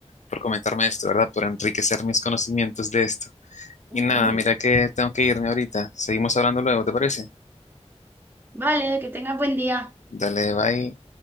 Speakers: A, on the left (about 85°); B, on the right (about 15°).
A: por comentarme esto, ¿verdad? Por enriquecer mis conocimientos de esto.
B: ujú.
A: Y nada, mira que tengo que irme ahorita. Seguimos hablando luego, ¿te parece?
B: Vale, que tengas buen día.
A: Dale, bye.